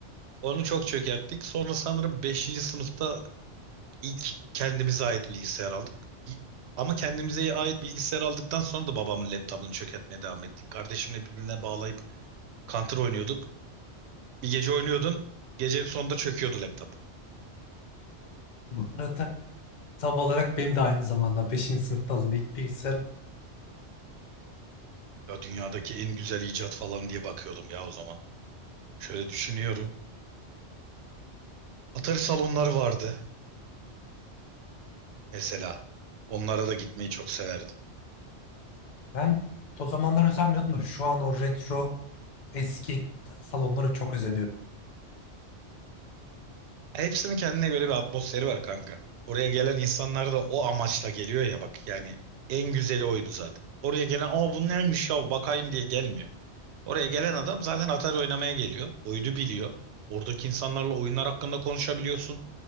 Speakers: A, on the right; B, on the left.
A: Onu çok çökerttik. Sonra sanırım beşinci sınıfta İlk kendimize ait bilgisayar aldık. İ- Ama kendimize ait bilgisayar aldıktan sonra da babamın laptopunu çökertmeye devam ettik. Kardeşimle birbirine bağlayıp Counter oynuyorduk. Bir gece oynuyordun, gecenin sonunda çöküyordu laptop.
B: Bu arada tam olarak benim de aynı zamanda beşinci sınıfta alındı ilk bilgisayar.
A: Ya dünyadaki en güzel icat falan diye bakıyordum ya o zaman. Şöyle düşünüyorum. Atari salonları vardı mesela. Onlara da gitmeyi çok severdim.
B: Ben o zamanlar özenmiyordum da şu an o retro eski salonlara çok özeniyorum.
A: Hepsinin kendine göre bir atmosferi var kanka. Oraya gelen insanlar da o amaçla geliyor ya bak yani en güzeli oydu zaten. Oraya gelen aa bu neymiş ya bakayım diye gelmiyor. Oraya gelen adam zaten Atari oynamaya geliyor. Oyunu biliyor. Oradaki insanlarla oyunlar hakkında konuşabiliyorsun.